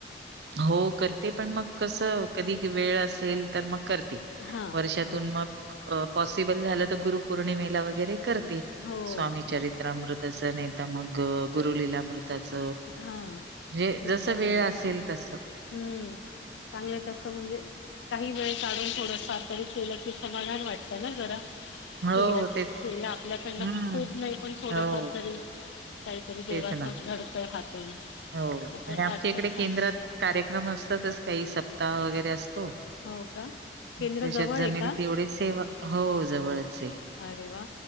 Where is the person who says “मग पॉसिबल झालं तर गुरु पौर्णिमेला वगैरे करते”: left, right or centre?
Right